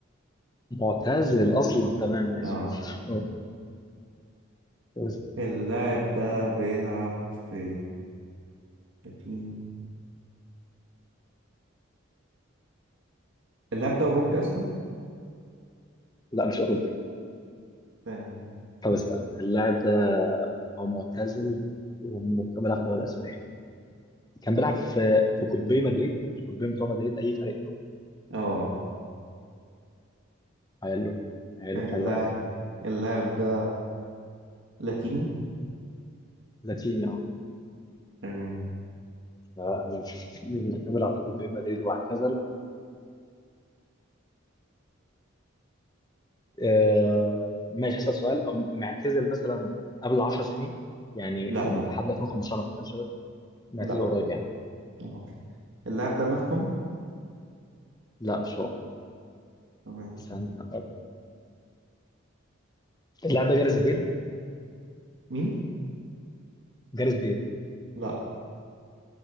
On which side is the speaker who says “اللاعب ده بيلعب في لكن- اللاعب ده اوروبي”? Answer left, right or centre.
Right